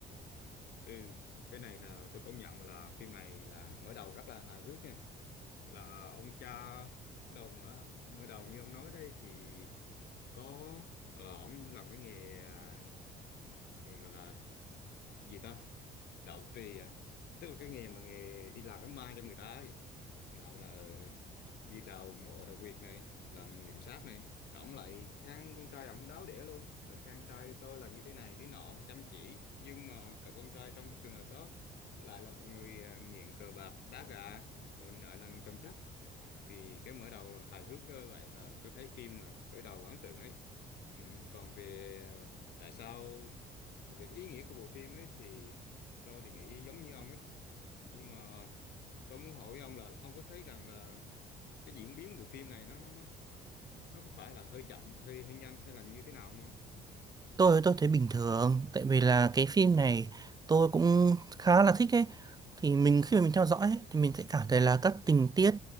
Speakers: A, on the left (about 70°); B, on the right (about 25°).
A: Ừ, cái này là tôi công nhận là phim này là mở đầu rất là hài hước nha. là ông cha đầu mở mới đầu như ông nói đây thì có là ông làm cái nghề à, nghề gọi là gì ta đạo tỳ à tức là cái nghề mà nghề đi làm đám ma cho người ta ấy nào là đi đào mộ đào huyệt này làm liệm xác này rồi ông lại khen con trai ông đáo đĩa luôn là khen trai tôi là như thế này thế nọ chăm chỉ nhưng mà cậu con trai trong trường hợp đó lại là một người à, nghiện cờ bạc đá gà rồi nợ nần chồng chất thì cái mở đầu hài hước ờ, vậy là tôi thấy phim là khởi đầu ấn tượng ấy Ừm, còn về ờ, tại sao ờ, về cái ý nghĩa của bộ phim ấy thì tôi thì nghĩ giống như ông ấy nhưng mà tôi muốn hỏi ông là ông có thấy rằng là cái diễn biến bộ phim này nó nó nó nó có phải là hơi chậm hơi hơi nhanh hay là như thế nào không
B: tôi tôi thấy bình thường tại vì là cái phim này tôi cũng khá là thích ấy thì mình khi mà mình theo dõi ấy, thì mình sẽ cảm thấy là các tình tiết